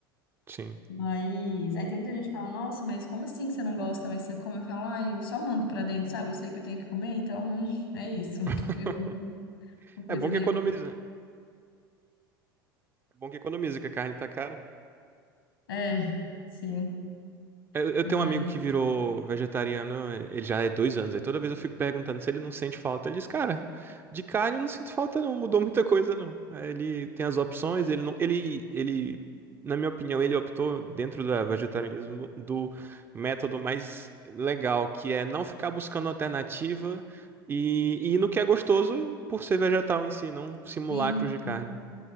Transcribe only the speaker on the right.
sim.
<laughs>
É bom
que economiza. É bom que economiza, que a carne tá cara.
Eu, eu
tenho um amigo que virou vegetariano, eh, ele já é dois anos, aí toda vez eu fico perguntando se ele não sente falta. Ele diz, cara, de carne eu não sinto falta não, mudou muita coisa não. Aí ele tem as opções, ele não, ele, ele, na minha opinião, ele optou dentro do vegetarianismo do método mais legal, que é não ficar buscando alternativa e, e ir no que é gostoso por ser vegetal em si, não simulacros
de carne.